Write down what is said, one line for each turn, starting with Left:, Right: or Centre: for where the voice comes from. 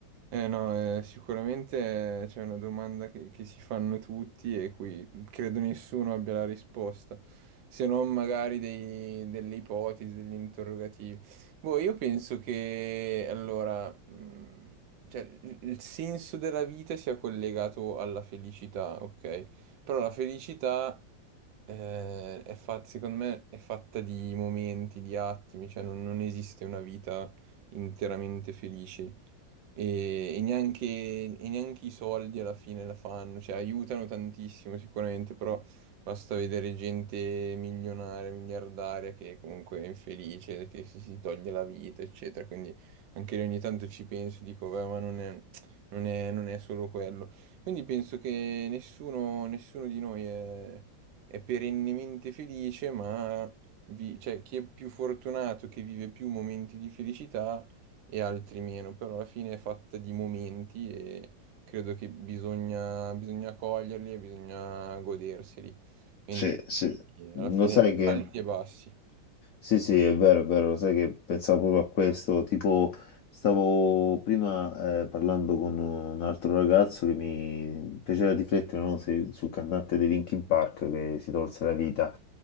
Right: Eh no, eh, sicuramente eh, c'è una domanda che, che si fanno tutti e cui credo nessuno abbia la risposta, se non magari dei- delle ipotesi, degli interrogativi. Boh, io penso che allora, mh, cioè, il, il senso della vita sia collegato alla felicità, ok? Però la felicità eh, è fatta, secondo me, è fatta di momenti, di attimi, cioè non non esiste una vita interamente felice e, e neanche, e neanche i soldi alla fine la fanno, cioè aiutano tantissimo sicuramente, però basta vedere gente milionaria, miliardaria che comunque è infelice, che si, si toglie la vita, eccetera, quindi anche lì ogni tanto ci penso e dico, beh, ma non è, non è- non è solo quello. Quindi penso che nessuno, nessuno di noi è, è perennemente felice, ma vi- cioè, chi è più fortunato, che vive più momenti di felicità, e altri meno, però alla fine è fatta di momenti e credo che bisogna, bisogna coglierli e bisogna goderseli. Quindi
Left: Sì, sì. Lo
Right: alla Mm. fine
Left: sai che...
Right: alti e bassi.
Left: Sì, sì, è vero, è vero, lo sai che pensavo proprio a questo, tipo stavo prima eh, parlando con un altro ragazzo che mi piaceva riflettere no, se- sul cantante dei Linkin Park che si tolse la vita